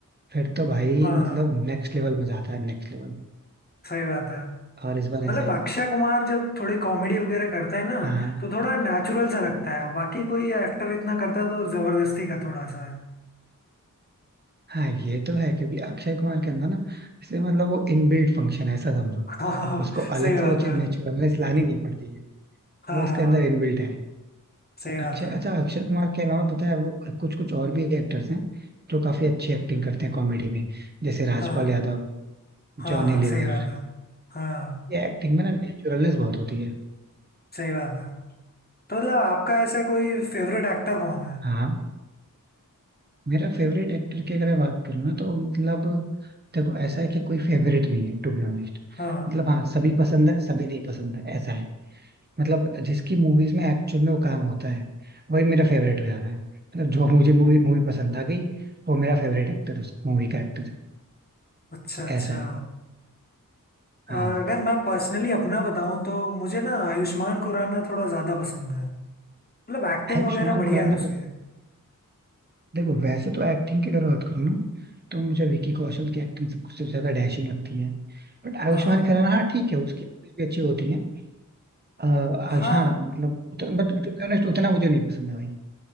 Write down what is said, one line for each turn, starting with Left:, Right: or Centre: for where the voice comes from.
Right: फिर तो भाई
Left: हाँ
Right: मतलब नेक्स्ट लेवल मजा आता है नेक्स्ट लेवल
Left: सही बात है
Right: और इस बार ऐसा
Left: मतलब
Right: ही कुछ
Left: अक्षय
Right: है
Left: कुमार जब थोड़ी कॉमेडी वगैरह करता है ना
Right: हाँ
Left: तो थोड़ा नेचुरल सा लगता है बाकी कोई एक्टर इतना करता है तो जबरदस्ती का थोड़ा सा है
Right: हाँ ये तो है क्योंकि अक्षय कुमार के अंदर ना इसलिए मतलब वो इनबिल्ट फंक्शन है ऐसा समझो
Left: <laughs> हाँ हाँ हाँ,
Right: उसको
Left: सही
Right: अलग
Left: बात
Right: से वो
Left: है
Right: चीज नेचुरल लानी नहीं पड़ती है
Left: हाँ
Right: वो उसके अंदर इनबिल्ट है
Left: सही
Right: अक्षय
Left: बात है
Right: अच्छा अक्षय कुमार के अलावा पता है वो कुछ कुछ और भी एक्टर्स हैं जो काफी अच्छी एक्टिंग करते हैं कॉमेडी में जैसे राजपाल
Left: हाँ
Right: यादव
Left: हाँ
Right: जॉनी
Left: हाँ
Right: लीवर
Left: सही बात है हाँ
Right: ये एक्टिंग में ना नेचुरलनेस बहुत होती है
Left: सही बात है तो मतलब आपका ऐसा कोई फेवरेट एक्टर कौन है
Right: हाँ मेरा फेवरेट एक्टर की अगर मैं बात करूँ ना तो मतलब देखो ऐसा है कि कोई फेवरेट नहीं है टू बी ऑनेस्ट
Left: हाँ
Right: मतलब हाँ सभी पसंद है सभी नहीं पसंद है ऐसा है मतलब जिसकी मूवीज में एक्चुअल में वो काम होता है वही मेरा फेवरेट हो जाता है मतलब जो मुझे मूवी मूवी पसंद आ गई वो मेरा फेवरेट एक्टर उस मूवी का एक्टर
Left: अच्छा अच्छा
Right: ऐसा है
Left: अ,
Right: हाँ
Left: अगर मैं पर्सनली अपना बताऊं तो मुझे ना आयुष्मान खुराना थोड़ा ज़्यादा पसंद है मतलब एक्टिंग
Right: आयुष्मान
Left: वगैरह बढ़िया
Right: खुराना
Left: है उसके
Right: देखो वैसे तो एक्टिंग की अगर बात करूँ ना तो मुझे विकी कौशल की एक्टिंग सब सबसे ज्यादा डैशिंग लगती है बट आयुष्मान
Left: हाँ
Right: खुराना हाँ ठीक है उसकी मूवीज भी अच्छी होती हैं अ, आयुष
Left: हाँ
Right: हाँ मतलब बट टू बी ऑनेस्ट उतना
Left: म-
Right: मुझे नहीं पसंद है भाई